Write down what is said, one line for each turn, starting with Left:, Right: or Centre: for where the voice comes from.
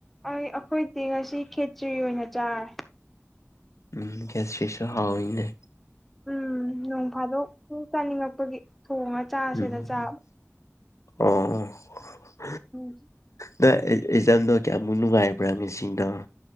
Centre: ꯑꯩ ꯑꯩꯈꯣꯏꯗꯤ ꯉꯁꯤ ꯈꯦꯆ꯭ꯔꯤ ꯑꯣꯏꯅ ꯆꯥꯔꯦ
Left: ꯎꯝ ꯈꯦꯆ꯭ꯔꯤꯁꯨ ꯍꯥꯎꯋꯤꯅꯦ
Centre: ꯎꯝ ꯅꯣꯡ ꯐꯥꯗꯣꯛ ꯆꯥꯅꯤꯡꯉꯛꯄꯒꯤ ꯊꯣꯡꯉ ꯆꯥꯁ‌ꯦꯗ
Left: ꯎꯝ
Centre: ꯆꯥꯕ
Left: ꯑꯣ
Centre: ꯎꯝ
Left: ꯅꯣꯏ ꯑꯦꯛꯖꯥꯝꯗꯣ ꯀꯌꯥꯃꯨꯛ ꯅꯨꯡꯉꯥꯏꯕ꯭ꯔꯥ ꯉꯁꯤꯡꯗ‌ꯣ